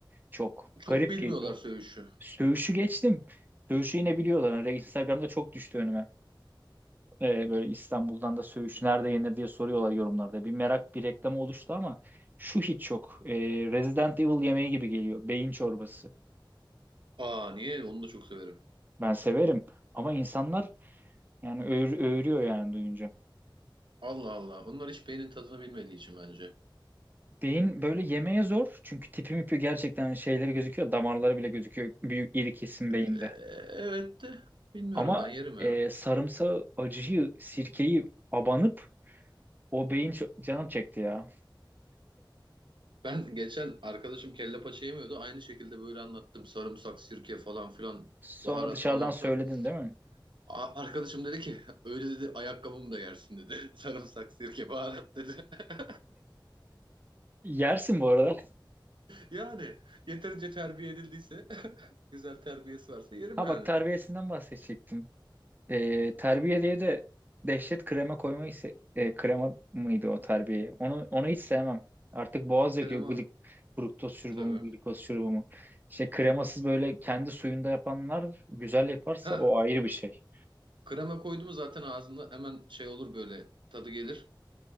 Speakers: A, on the right; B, on the right.
A: Çok.
B: Çok
A: Garip
B: bilmiyorlar
A: geliyor.
B: söğüşü.
A: Söğüş'ü geçtim. Söğüş'ü yine biliyorlar. Hani Instagram'da çok düştü önüme. E, böyle İstanbul'dan da Söğüş nerede yenir diye soruyorlar yorumlarda. Bir merak bir reklamı oluştu ama şu hiç yok. E, Resident Evil yemeği gibi geliyor. Beyin çorbası.
B: Aa niye? Onu da çok severim.
A: Ben severim. Ama insanlar Yani öğür- öğürüyor yani duyunca.
B: Allah Allah. Onlar hiç beynin tadını bilmediği için bence.
A: Beyin böyle yemeye zor. Çünkü tipi mipi gerçekten şeyleri gözüküyor. Damarları bile gözüküyor. Büyük iri kesim
B: Ee,
A: beyinde.
B: evet de bilmiyorum
A: Ama
B: ben yerim
A: e,
B: ya.
A: sarımsağı, acıyı, sirkeyi abanıp o beyin ço- canım çekti ya.
B: Ben geçen arkadaşım kelle paça yemiyordu. Aynı şekilde böyle anlattım. Sarımsak, sirke falan filan.
A: Sonra
B: Baharat
A: dışarıdan
B: falan
A: söyledin
B: filan.
A: değil mi?
B: A- Arkadaşım dedi ki <laughs> öyle dedi ayakkabımı da yersin dedi. <laughs> Sarımsak, sirke, baharat dedi. <laughs>
A: Yersin bu arada.
B: Yani yeterince terbiye edildiyse <laughs> güzel terbiyesi varsa yerim
A: Ha
B: yani.
A: bak terbiyesinden bahsedecektim. E, terbiye diye de dehşet krema koymayı se- e, krema mıydı o terbiye? Onu onu hiç sevmem. Artık boğaz
B: Krema
A: yakıyor glik fruktoz şurubu
B: tabii.
A: mu glikoz şurubu mu. Şey kremasız böyle kendi suyunda yapanlar güzel yaparsa
B: Heh,
A: o ayrı bir şey.
B: Krema koyduğumu zaten ağzında hemen şey olur böyle tadı gelir